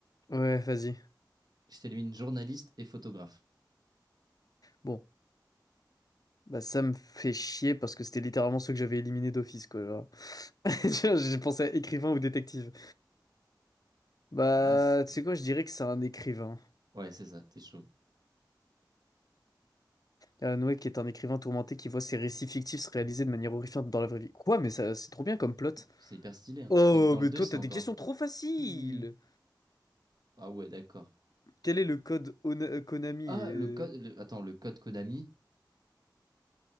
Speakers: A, on the left; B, on the right.
A: Ouais, vas-y.
B: Je t'élimine journaliste et photographe.
A: Bon, bah ça me fait chier parce que c'était littéralement ceux que j'avais éliminés d'office, quoi. genre. <laughs> Tiens, J'ai pensé à écrivain ou détective. Bah,
B: Mince.
A: tu sais quoi, je dirais que c'est un écrivain.
B: Ouais, c'est ça, t'es chaud.
A: Alan Wake est un écrivain tourmenté qui voit ses récits fictifs se réaliser de manière horrifiante dans la vraie vie. Quoi, mais ça, c'est trop bien comme plot.
B: C'est hyper stylé, hein.
A: Oh,
B: Et dans
A: mais
B: le 2,
A: toi,
B: c'est
A: t'as
B: encore
A: des questions trop faciles!
B: plus... Ah ouais, d'accord.
A: Quel est le code Ona- Konami?
B: Ah,
A: euh
B: le code... le- Attends, le code Konami.